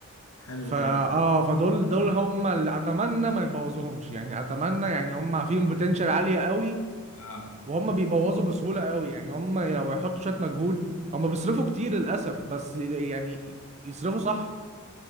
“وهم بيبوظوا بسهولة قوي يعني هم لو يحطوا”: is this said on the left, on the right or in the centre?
Right